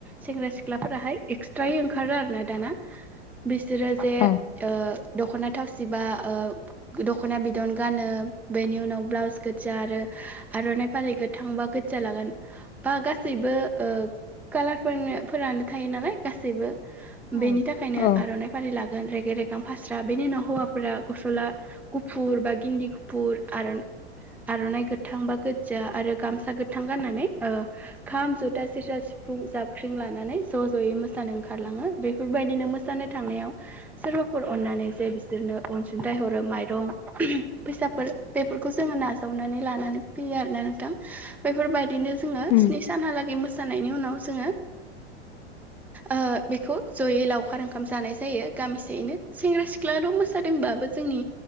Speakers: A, in the centre; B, on the left.
A: सेंग्रा सिख ख्लाफोराहाय एक्सट्रायै ओंखारो आरो ना दाना बिसोरो जे
B: औ
A: ओ दख'ना थावसि बा ओ दख'ना बिदन गानो बेनि उनाव ब्लाउस गोज्जा आरो आर'नाइ फालि गोथां बा गोज्जा लागोन बा गासैबो ओ कालारफोरनो फोरानो थायो नालाय गासैबो
B: औ
A: बेनि थाखायनो
B: औ
A: आर'नाइ फारि ला गोन रेगे रेगां फास्रा बेनि उनाव हौवाफोरा गस'ला गुफुर बा गिन्दि गुफुर आर आर'नाइ गोथां बा गोज्जा आरो गामसा गोथां गाननानै ओ खाम ज'था सेरजा सिफ फुं जाबख्रिं लानानै ज' ज'यै मोसानो ओंखारलाङो बेफोरबायदिनो मोसानो थांनायाव सोरबाफोर अननानै जे बिसोरनो अनसुंथाइ हरो माइरं <unintelligible> फैसाफोर बेफोरखौ जोङो नाजावनानै लानानै फैयो आरोना नोंथां बेफोरबायदिनो जोङो
B: उम
A: स्नि सा सानहालागे मोसानायनि उनाव जोङो ओ बेखौ जयै लावखार ओंखाम जानाय जायो गामिसेयैनो सेंग्रा सिख्लाल' मोसादोंबाबो जोंनि